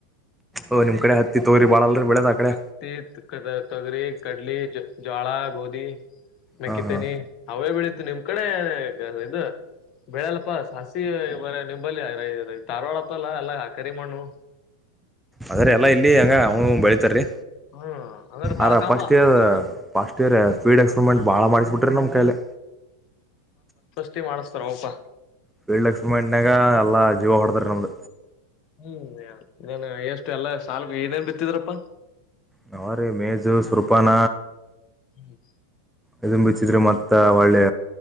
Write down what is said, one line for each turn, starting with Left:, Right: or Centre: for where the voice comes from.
Centre: ಓ ನಿಮ್ ಕಡೆ ಹತ್ತಿ ತೊಗರಿ
Left: ಹಾ
Centre: ಬಾಳಲ್ರಿ ಬೆಳೆದ ಆ ಕಡೆ
Left: ಹತ್ತಿ ತೊಗರಿ ಕಡಲಿ ಜ ಜ್ವಾಳಾ ಗೋದಿ ಮೆಕ್ಕಿತೇನಿ
Centre: ಹಾ ಹಾ
Left: ಅವೇ ಬೆಳಿತ ನಿಮ್ ಕಡೆ ಇದು ಬೆಳೆಲ್ಲ ಅಪ್ಪ ಸಾಸಿವೆ ಬೆಳೆ ನಿಂಬಲ್ಲಿ ಧಾರ್ವಾಡ ಹತ್ತಲ್ಲ ಎಲ್ಲಾ ಕರಿಮಣ್ಣು
Centre: ಅದ್ರೇ ಎಲ್ಲಾ ಇಲ್ಲಿ ಹಂಗ ಅವ್ನು ಬೆಳಿತಾರೀ
Left: ಹ್ಮ್ ಅಂದ್ರ ಬಾಳ
Centre: ಅರ
Left: ಕಾಮ
Centre: first year first year speed experiment ಭಾಳ ಮಾಡಿಸ್ಬಿಟ್ರಿ ನಮ್ಮ ಕೈಲೆ
Left: ತಿ ಮಾಡಸ್ತಾರೋಪಾ
Centre: ಫೀಲ್ಡ್ ಲಕ್ಸ್ಮಂಡನಾಗ ಎಲ್ಲಾ ಜೀವ ಹೊಡದ್ರ ನಮ್ದ
Left: ಹ್ಮ್ ನೇನ್ ಎಷ್ಟು ಎಲ್ಲಾ ಸಾಲಗ ಏನೇನ್ ಬಿತ್ತಿದ್ರಪ್ಪಾ
Centre: ನಾವ್ ರೀ ಮೇಜು ಸುರ್ಪಾನ
Left: <inaudible>
Centre: ಇದ ಬಿಚ್ಚಿದ್ರೆ ಮತ್ತ ಹೊಳ್ಳೆ